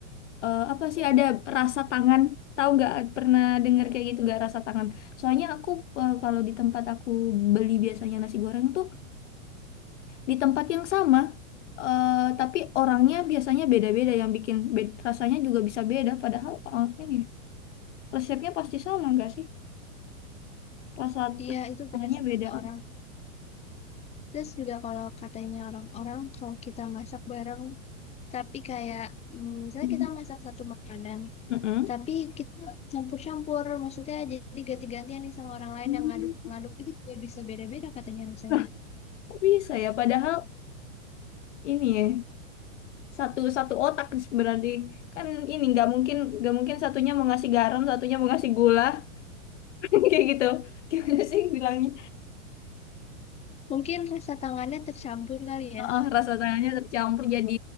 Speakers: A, on the left (about 60°); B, on the left (about 15°).
A: eh, apa sih ada rasa tangan tahu nggak pernah dengar kayak gitu nggak rasa tangan soalnya aku eh, kalau di tempat aku beli biasanya nasi goreng tuh di tempat yang sama eh, tapi orangnya biasanya beda-beda yang bikin be- rasanya juga bisa beda padahal orangnya nih resepnya pasti sama nggak sih rasa
B: Iya, itu
A: tangannya
B: benar sih
A: beda
B: kata orang. Terus juga kalau katanya orang-orang kalau kita masak bareng, tapi kayak mm, misalnya
A: Mm-mm.
B: kita masak satu makanan,
A: Mm-mm.
B: tapi kita campur-campur, maksudnya jadi ganti-gantian nih sama orang lain
A: Hmm.
B: yang ngaduk-ngaduk itu juga bisa beda-beda katanya rasanya.
A: Nah, kok bisa ya padahal ini ya satu satu otak berarti kan ini nggak mungkin nggak mungkin satunya mau ngasih garam satunya mau ngasih gula <laughs> kayak gitu gimana sih bilangnya
B: Mungkin rasa tangannya tercampur kali ya.
A: Heeh, rasa tangannya tercampur jadi